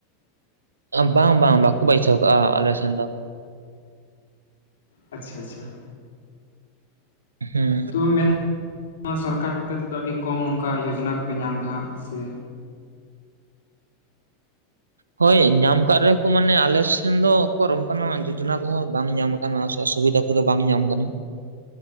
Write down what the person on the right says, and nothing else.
ᱵᱟᱝ ᱵᱟᱝ ᱵᱟᱠᱚ ᱵᱟᱭᱥᱟᱹᱼᱟ ᱟᱞᱮᱥᱮᱱ ᱫᱚ᱾
ᱦᱩᱸ
ᱦᱳᱭ ᱧᱟᱢ ᱠᱟᱜ ᱨᱮᱦᱚᱸᱠᱚ ᱢᱟᱱᱮ ᱟᱞᱮ ᱥᱮᱱ ᱫᱚ ᱚᱱᱠᱟᱱᱟᱜ ᱡᱳᱡᱚᱱᱟ ᱠᱚᱦᱚᱸ ᱵᱟᱝ ᱧᱟᱢ ᱠᱟᱱᱟ ᱥᱩᱵᱤᱫᱷᱟ ᱠᱚᱫᱚ ᱵᱟᱝ ᱧᱟᱢ ᱠᱟᱱᱟ,